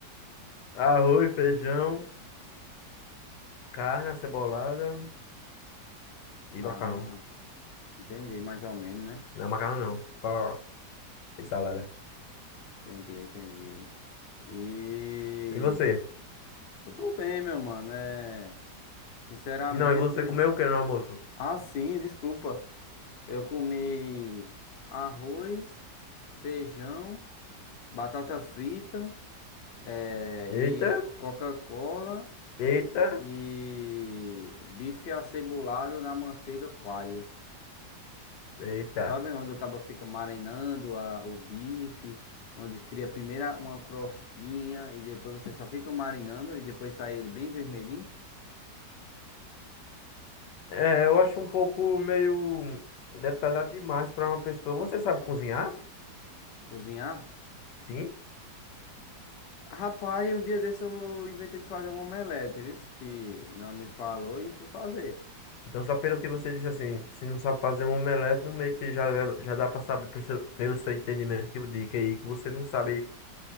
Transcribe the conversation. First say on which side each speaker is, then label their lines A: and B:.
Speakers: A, on the left (about 80°); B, on the left (about 65°).
A: Arroz, feijão, carne, acebolada e
B: Ah,
A: macarrão.
B: entendi, mais ou menos, né?
A: Não é macarrão, não. Só E salada.
B: Entendi, entendi. E...
A: E você?
B: Eu tô bem, meu mano, é Sinceramente,
A: Não, e você comeu o que no almoço?
B: ah, sim, desculpa. Eu comi arroz, feijão, batata frita, eh,
A: Eita,
B: e Coca-Cola
A: eita,
B: e bife acebolado na manteiga coalho.
A: eita.
B: Sabe onde o cabo fica marinando a- o bife, onde cria primeiro uma crostinha e depois você só fica marinando e depois sai ele bem vermelhinho,
A: É, eu acho um pouco meio detalhado demais pra uma pessoa. Você sabe cozinhar?
B: cozinhar?
A: Sim.
B: Rapaz, um dia desse eu inventei de fazer um omelete, viu? Que meu amigo falou e fui fazer.
A: Então, só pelo que você disse assim, se não sabe fazer um omelete, no meio que já, já dá pra saber pelo seu pelo seu entendimento que, eu digo aí que você não sabe